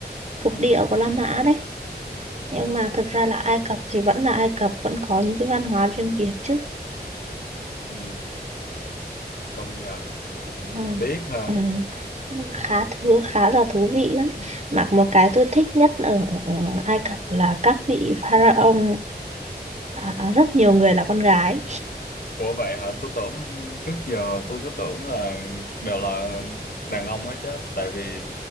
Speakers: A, on the right; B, on the left.
A: thuộc
B: ừ
A: địa của La Mã đấy nhưng
B: ừ,
A: mà thực ra là Ai Cập thì vẫn là Ai Cập vẫn có những cái văn hóa riêng biệt chứ
B: ừ, công nhận
A: ừ.
B: tiếc ha
A: Ừ. khá thứ khá là thú vị lắm
B: ừ.
A: mà một cái tôi thích nhất ở Ai Cập là các vị pharaoh à, rất nhiều người là con gái
B: Ủa vậy hả tôi tưởng trước giờ tôi cứ tưởng là đều là đàn ông hết chứ tại vì